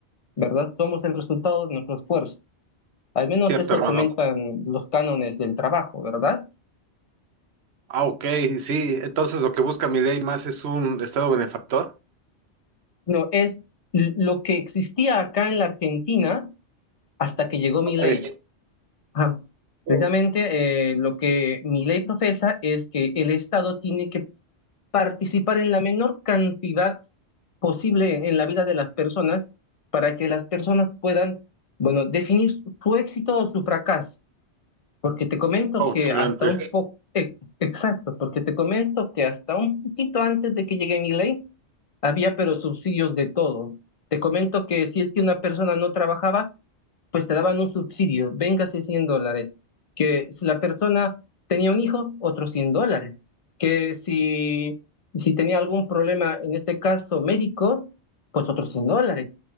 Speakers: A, on the left; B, on the right.
A: ¿verdad? Somos el resultado de nuestro esfuerzo. Al menos
B: Cierto
A: eso
B: hermano.
A: comentan los cánones del trabajo, ¿verdad?
B: Ah, ok, sí. Entonces lo que busca mi ley más es un estado benefactor.
A: No, es l- lo que existía acá en la Argentina hasta que llegó Milei.
B: Ok.
A: Ajá. Precisamente
B: Oh,
A: eh, lo que Milei profesa es que el Estado tiene que participar en la menor cantidad posible en la vida de las personas para que las personas puedan, bueno, definir su su éxito o su fracaso. Porque te comento
B: excelente.
A: que hasta un poco, eh, exacto, porque te comento que hasta un poquito antes de que llegue Milei había pero subsidios de todo. Te comento que si es que una persona no trabajaba, pues te daban un subsidio, véngase 100 dólares, que si la persona tenía un hijo, otros 100 dólares, que si, si tenía algún problema, en este caso médico, pues otros 100 dólares,